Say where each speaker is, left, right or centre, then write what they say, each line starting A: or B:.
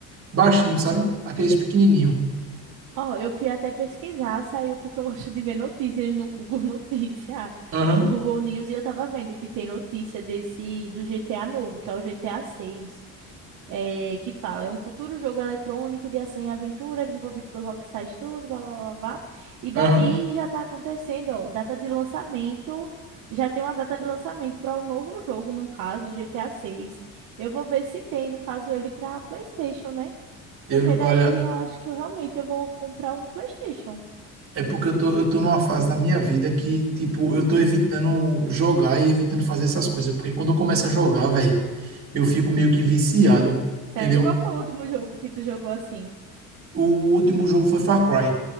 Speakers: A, on the right; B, on the right.
A: baixinhos, sabe? Aqueles
B: E-
A: pequenininhos.
B: Ó, eu fui até pesquisar, saiu porque eu <laughs> gosto de ver notícias no Google Notícia,
A: Aham,
B: Google News, e eu tava vendo que tem notícia desse do GTA novo, que é o GTA seis, é, que fala, é um futuro jogo eletrônico de ação e aventura desenvolvido pelo Rockstar Studios, blá, blá, blá, blá. E daí
A: aham.
B: já tá acontecendo, ó, data de lançamento, já tem uma data de lançamento para um novo jogo, no caso, o GTA seis. Eu vou ver se tem, no caso, ele para PlayStation, né?
A: Eu,
B: Porque daí
A: olha,
B: eu acho que eu realmente eu vou comprar um PlayStation.
A: é porque eu tô, eu tô numa fase da minha vida que, tipo, eu tô evitando jogar e evitando fazer essas coisas. Porque quando eu começo a jogar, velho, eu fico meio que viciado,
B: Sério,
A: entendeu?
B: qual foi o último jogo que tu jogou assim?
A: O último jogo foi Far Cry.